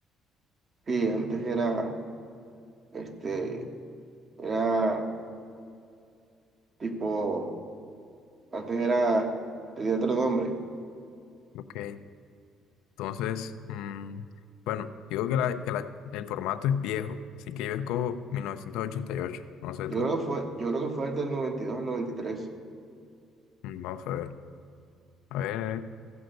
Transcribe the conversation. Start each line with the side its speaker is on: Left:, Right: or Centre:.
Right: Sí, antes era, este, era tipo. Antes era, tenía otro nombre.
Left: Ok. Entonces, mm, bueno, digo que, la- que la- el formato es viejo, así que yo escojo mil novecientos ochenta y ocho No sé
Right: Yo
Left: tú.
Right: creo que fue, yo creo que fue el del noventa y dos al noventa y tres
Left: Mm, Vamos a ver. A ver,